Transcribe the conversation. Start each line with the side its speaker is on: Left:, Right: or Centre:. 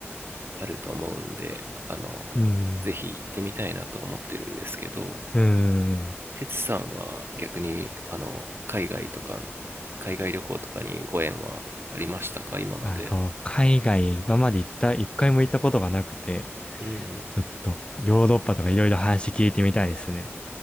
Right: あると思うんであの
Left: うん。
Right: ぜひ行ってみたいなと思ってるんですけど
Left: うーん。
Right: 哲さんは逆にあの海外とか海外旅行とかにご縁はありましたか今まで
Left: あ、そう、海外今まで行った、一回も行ったことがなくて、
Right: うん
Left: ちょっとヨーロッパとかいろいろ話聞いてみたいですね。